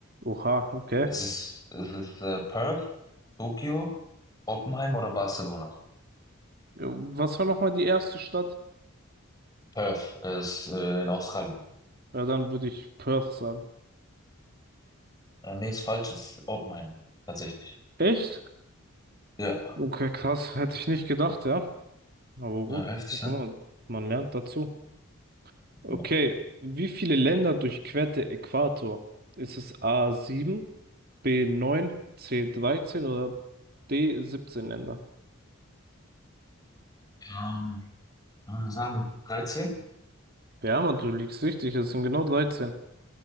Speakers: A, on the right; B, on the left.
A: Oha, okay.
B: Es Ist es, ist äh, Perth, Tokio, Oppenheim oder Barcelona?
A: Ja, Was war nochmal die erste Stadt?
B: Perth äh, ist äh, in Australien.
A: Ja, dann würde ich Perth sagen.
B: Äh, nee, ist falsch, ist Oppenheim, tatsächlich.
A: Echt?
B: Ja,
A: Okay, krass. Hätte ich nicht gedacht, ja. Aber
B: ja,
A: gut,
B: heftig,
A: guck
B: ne?
A: mal, man lernt dazu. Okay,
B: Ja.
A: wie viele Länder durchquert der Äquator? Ist es a sieben, b neun, c dreizehn oder d siebzehn Länder?
B: Ähm, würde sagen, dreizehn?
A: Ja, Mann, du liegst richtig, es sind genau 13.